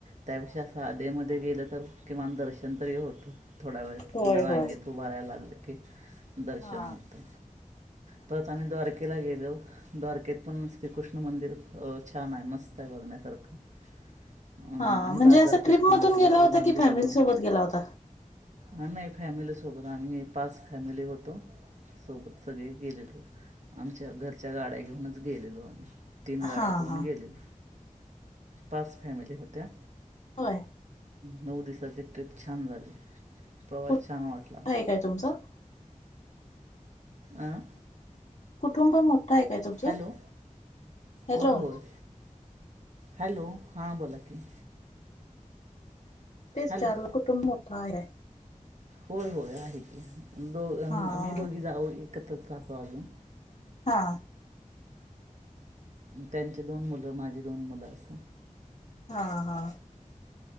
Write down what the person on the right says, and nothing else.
त्यांपेक्षा सांधे मध्ये गेलं तरं किमांन दर्शन तरी होतं. थोडा वेळं
रांगेत
उभं राहीलं की लगे लगे की दर्शन
होतं. परंत आम्हीं द्वारकेलां गेलो. द्वारकेत पणं श्रीकृष्ण मंदिरं छांन आहे मस्तं आहे बघण्यांसारखं. अं
आणि
बाजांरपेठ
पणं
आहे
तिथं
मंदिरलां
लावूंन.
हां नाहीं फॅमिली सोबतं आम्हीं एक पांच फॅमिली होतो. सोबतं सगळें गेलेलो आमच्यां घरच्यां गाड्यां घेऊनचं गेलेलो आम्हीं तीन गाड्या
करून
गेलेत. पाच फॅमिली होत्या
नऊ दिसाची ट्रिप छान झाली प्रवास
छान वाटला
आं
हॅलो
होय होय. हॅलो हां बोला की
हॅलो
होय होय आहे की दो
आम्ही दोघी जाऊ एकत्रच राहतो अजून
त्यांचे दोन मुलं माझी दोन मुलं असं